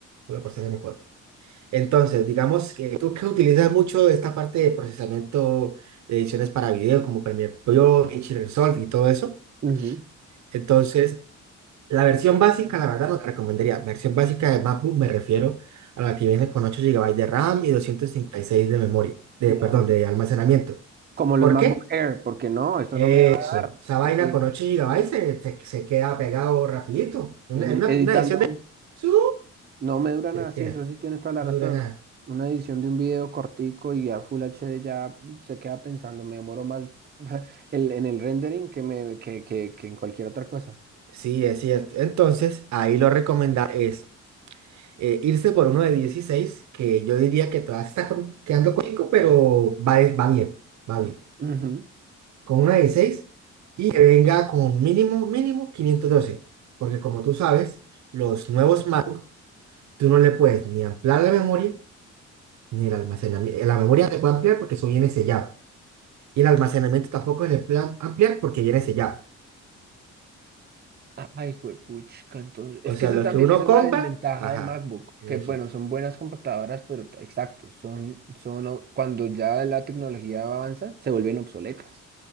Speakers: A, on the right; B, on the right.
A: solo por ser m cuatro Entonces, digamos que tú que utilizas mucho esta parte de procesamiento de ediciones para video, como Premiere Pro, DaVinci Resolve y todo eso.
B: Ujú.
A: Entonces, la versión básica, la verdad, no te recomendaría. Versión básica de MacBook me refiero a la que viene con 8 GB de RAM y doscientos treinta y seis de memoria, de,
B: No,
A: perdón, de almacenamiento.
B: como los
A: ¿Por
B: MacBook
A: qué?
B: Air, porque no, eso no
A: Eso,
B: me va a dar.
A: esa vaina
B: Eso es,
A: con 8 GB se, se, se queda pegado rapidito. En
B: en
A: una,
B: un-
A: en una-
B: editando
A: una edición de... ¡Suf!
B: no me dura
A: Se
B: nada, sí,
A: queda,
B: eso sí tienes toda la
A: no
B: razón.
A: dura nada.
B: Una edición de un video cortico y a Full HD ya se queda pensando, me demoro más <laughs> el- en el rendering que, me, que, que, que en cualquier otra cosa.
A: Sí, es cierto. Entonces, ahí lo recomendable es eh, irse por uno de dieciséis que yo diría que todavía está com- quedando cortico, pero va, va bien, va bien.
B: Ujú.
A: Con uno de 16 y que venga con mínimo, mínimo quinientos doce Porque como tú sabes, los nuevos MacBook, tú no le puedes ni ampliar la memoria, ni el almacenamiento. La memoria le puede ampliar porque eso viene sellado. Y el almacenamiento tampoco se le puede ampliar porque viene sellado.
B: Ay, juepuchica, entonces, es
A: O sea,
B: que eso
A: lo
B: también,
A: que uno
B: esa es
A: compra,
B: la desventaja
A: ajá,
B: de MacBook,
A: eso.
B: que bueno, son buenas computadoras, pero t- exacto, son, son, o- cuando ya la tecnología avanza, se vuelven obsoletas.